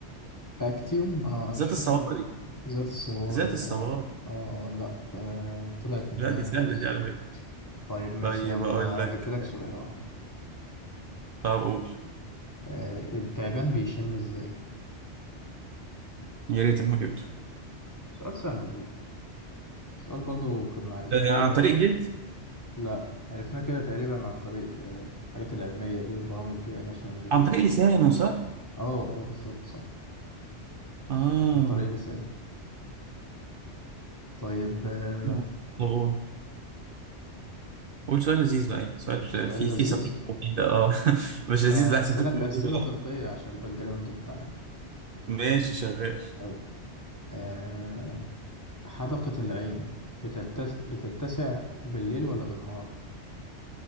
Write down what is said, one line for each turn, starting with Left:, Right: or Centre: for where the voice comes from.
Left: اكتيوم انا مش
Right: ذات
Left: فاكر
Right: الصواري
Left: ذات الصواري
Right: ذات الصواري
Left: اه اه اه لا ط- آه، طلعت من
Right: لا
Left: دماغي
Right: دي سهلة
Left: خالص
Right: دي على فكرة
Left: طيب ماشي
Right: طيب
Left: يلا
Right: أقول
Left: انا
Right: لك
Left: جبت لك سؤال اهو
Right: طب قول
Left: آه، التعبان بيشم ازاي
Right: يا ريتك ما جبته
Left: سؤال سهل والله سؤال برضو كنا عرفناه
Right: آه،
Left: كده
Right: عن طريق جلد
Left: لا عرفناه كده تقريبا عن طريق آه، الحاجات العلمية دي وبرامج ناشونال جيوغرافيك
Right: عن طريق لسانه صح؟
Left: اه اه بالظبط صح
Right: اه
Left: عن طريق لساني طيب آه،
Right: آه. طبعا قول سؤال لذيذ بقى يعني سؤال
Left: سؤال
Right: فيه
Left: لذيذ
Right: فيه سقيقة وكده اه <laughs> مش لذيذ
Left: آه،
Right: لا
Left: هسألك
Right: سقيقة ولذيذ
Left: أسئلة
Right: اه
Left: طبية عشان الباك جراوند بتاعنا
Right: ماشي شغال
Left: طيب. آه، حدقة العين بتتس... بتتسع بالليل ولا بالنهار؟